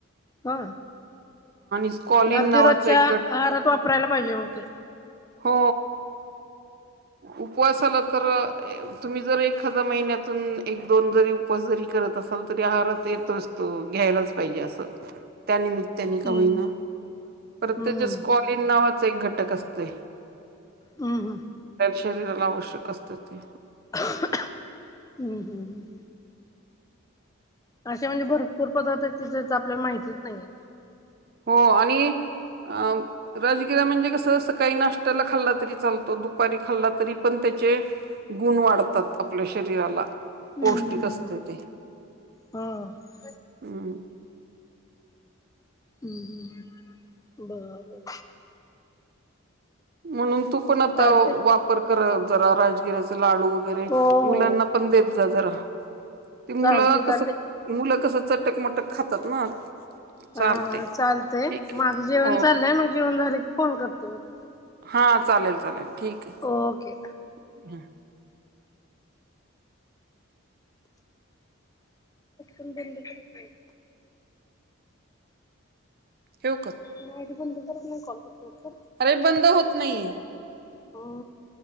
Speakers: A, on the left; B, on the right.
A: हा
B: स्कॉलिन
A: अगदी
B: नावाचा
A: रोजच्या
B: एक
A: आहारात
B: गट
A: वापरायला पाहिजे मग ते
B: हो उपवासाला तर तुम्ही जर एखादा महिन्यातून एक दोन जरी उपस जरी करत असाल तरी आहारात येतोच तो घ्यायलाच पाहिजे असं त्यानिमित्ताने
A: हम्म.
B: का होईना प्रत
A: हम्म
B: त्याच्या
A: हम्म
B: स्कॉलिन नावाच एक घटक असतय
A: हं हां
B: शरीराला आवश्यक असत ते
A: हम्म हम्म ह् अे म्हणजे भरपूर पदार्थ आहेत ती त्या आपल्याला माहितीच नाहीयी
B: हो आणि अ राजगिरा म्हणजे कसं असं काही नाश्त्याला खाल्ला तरी चालतो दुपारी खाल्ला तरी पण त्याचे गुण वाढतात आपल्या शरीराला
A: हम्म
B: पौष्टिक
A: हम्म
B: असते
A: हम्म.
B: ते
A: हा हम्म
B: हम्
A: हम्म हम् बरबर
B: म्हणून तू पण आता
A: चालतंय.
B: वापर कर जरा राजगिऱचा लाडू वगैरे
A: हो हो
B: मुलांना
A: हो.
B: पण देत जा जरा त मुलं
A: चालतंय चालतंय.
B: कस मुलं कसं चटकमटक खातात ना
A: हा
B: चालतय
A: हा चालतेय
B: ठीक आहे
A: माझं जेवण
B: हो
A: चाललंय मग जेवण झालं की फोन करते मग
B: हा चालेल चालेल ठीक
A: ओके
B: आहे
A: अून बंद त
B: होव का
A: म आयडी पण द तर नाही कॉल करत कर
B: अरे बंद होत नाहीये
A: हो